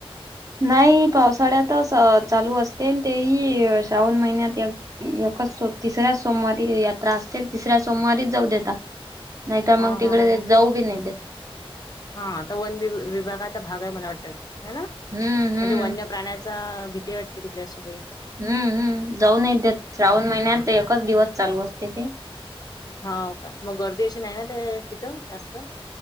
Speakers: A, on the right; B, on the left.
A: नाही पावसाळ्यातच चालू असते, तेही श्रावण महिन्यात. एकाच तिसऱ्या सोमवारी यात्रा असते. तिसऱ्या सोमवारीच जाऊ देतात. नाही तर मग
B: हा
A: तिकडे
B: हा हा
A: जाऊ बी नाही देत.
B: हा आता वन विभागाचा भाग आहे मला वाटत. हा ना म्हणजे
A: हम्म हम्म
B: वन्य प्राण्या जा भीती वाटते तिकडे अशी बाई.
A: हम् हम्म जाऊन नाही देत श्रावण महिन्यात एकच दिवस चालू असते ते.
B: होव का. मग गर्दी अशी नाही ना ते तिथं जास्त.